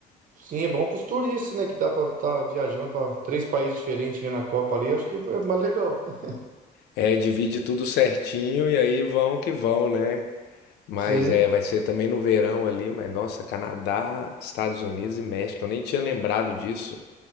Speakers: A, on the right; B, on the left.
A: sim, é bom para os turistas, né? Que dá para estar viajando para três países diferentes, vendo a Copa ali. Acho que é mais legal. <laughs>
B: É, divide tudo certinho e aí vão que vão, né? Mas
A: Sim,
B: é, vai ser também no verão ali, mas nossa, Canadá, Estados Unidos e México, eu nem tinha lembrado disso.